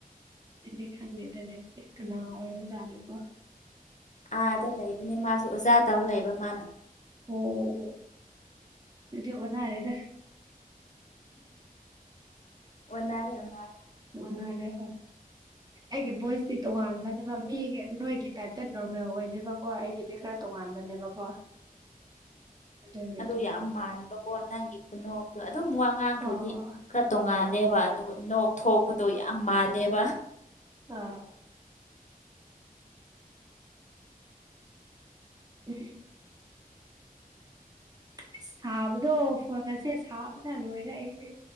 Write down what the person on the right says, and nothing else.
ꯑꯩꯗꯤ ꯈꯪꯗꯦꯗꯗꯤ ꯀꯅꯥ ꯑꯣꯏ ꯑꯣꯖꯥꯠꯅꯣꯀꯣ
ꯑꯣ ꯊꯧꯕꯅꯔꯦꯗ
ꯑꯣ ꯅꯦ ꯑꯩꯒꯤ ꯚꯣꯏꯁꯇꯤ ꯇꯣꯉꯥꯟꯕꯅꯦꯕ ꯃꯤꯒꯤ ꯅꯣꯏꯒꯤ ꯇꯥꯏꯞꯇ ꯅꯣꯔꯃꯦꯜ ꯑꯣꯏꯗꯦꯕꯀꯣ ꯑꯩꯒꯤꯗꯤ ꯈꯔ ꯇꯣꯉꯥꯟꯕꯅꯦꯕꯀꯣ ꯑꯗꯨꯒꯤ
ꯑꯗꯨꯝ
ꯑꯣ
ꯑꯣ
ꯑꯥ ꯎꯝ ꯑꯁ ꯁꯥꯕꯗꯣ ꯐꯪꯉꯁꯦ ꯁꯥꯕꯅ ꯂꯣꯏꯔꯦ ꯑꯩ